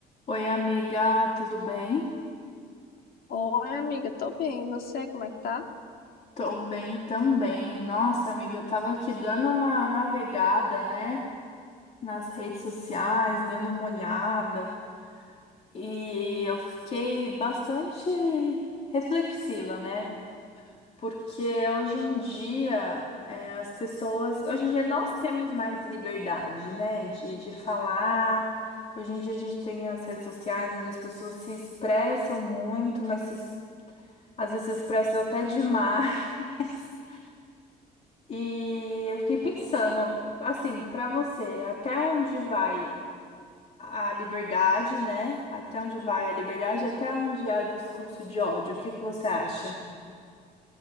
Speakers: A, on the left; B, on the left.
A: Oi, amiga, tudo bem?
B: Oi, amiga, tô bem. E você, como é que tá?
A: Tô bem também. Nossa, amiga, eu tava aqui dando uma navegada, né, nas redes sociais, dando uma olhada, e eu fiquei bastante reflexiva, né? Porque hoje em dia, é, as pessoas. Hoje em dia nós temos mais liberdade, né, de, de falar. Hoje em dia a gente tem as redes sociais onde as pessoas se expressam muito, mas se Às vezes expressam até demais. <laughs> E eu fiquei pensando, assim, pra você, até onde vai a liberdade, né? Até onde vai a liberdade, até onde há discurso de ódio? O que que você acha?